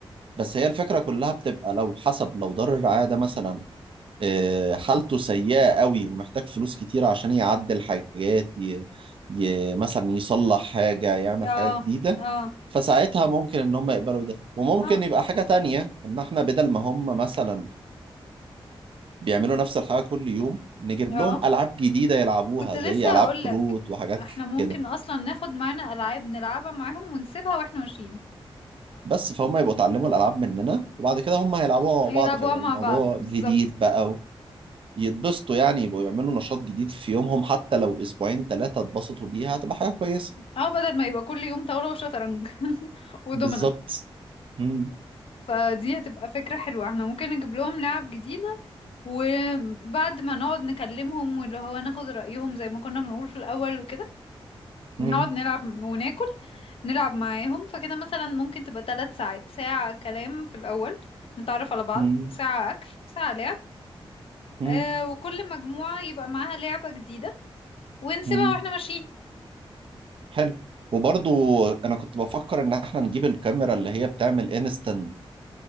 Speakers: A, on the right; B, on the left.
A: بس هي الفكرة كلها بتبقى لو حسب لو دار الرعاية ده مثلا آه، حالته سيئة قوي ومحتاج فلوس كتير عشان يعدل حاجات ي... ي... مثلا يصلح حاجة يعمل
B: اه
A: حاجة جديدة
B: اه
A: فساعتها ممكن ان هم يقبلوا ده وممكن
B: اه
A: يبقى حاجة تانية ان احنا بدل ما هم مثلا بيعملوا نفس الحاجة كل يوم نجيب
B: اه
A: لهم ألعاب جديدة يلعبوها
B: كنت لسه
A: زي ألعاب
B: هقولك
A: كروت وحاجات
B: احنا ممكن
A: كده
B: اصلا ناخد معانا العاب نلعبها معاهم ونسيبها واحنا ماشيين
A: بس فهم يبقوا اتعلموا الألعاب مننا وبعد كده هم هيلعبوها مع
B: يلعبوها
A: بعض فيبقى
B: مع
A: الموضوع
B: بعض بالظبط
A: جديد بقى يتبسطوا يعني يبقوا يعملوا نشاط جديد في يومهم حتى لو أسبوعين ثلاثة اتبسطوا بيها هتبقى حاجة كويسة
B: اه بدل ما يبقى كل يوم طاولة وشطرنج <laughs> ودومنا
A: بالظبط مم،
B: فدي هتبقى فكرة حلوة احنا ممكن نجيب لهم لعب جديدة وبعد ما نقعد نكلمهم واللي هو ناخد رأيهم زي ما كنا بنقول في الأول وكده
A: مم،
B: نقعد نلعب وناكل نلعب معاهم فكده مثلا ممكن تبقى ثلاث ساعات ساعة كلام في الأول نتعرف على بعض
A: مم،
B: ساعة أكل ساعة لعب
A: مم،
B: آه وكل مجموعة يبقى معاها لعبة جديدة ونسيبها
A: مم.
B: واحنا ماشيين
A: حلو وبرضو انا كنت بفكر ان احنا نجيب الكاميرا اللي هي بتعمل انستنت